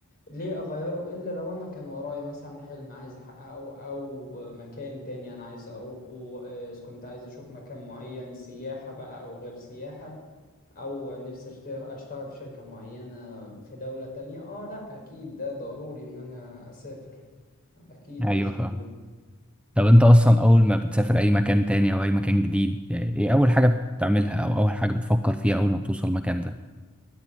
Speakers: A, on the left; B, in the centre.
A: ليه اغيره الا لو انا كان ورايا مثلا حلم عايز احققه او مكان تاني انا عايز اروحه آه، إذا كنت عايز اشوف مكان معين سياحة بقى او غير سياحة او نفسي اشتغل اشتغل في شركة معينة في دولة تانية اه لا اكيد ده ضروري ان انا اسافر اكيد
B: ايوه
A: لازم
B: فاهم
A: اعمله
B: طب انت اصلا اول ما بتسافر اي مكان تاني او اي مكان جديد يعني ايه اول حاجة بتعملها او اول حاجة بتفكر فيها اول ما بتوصل المكان ده؟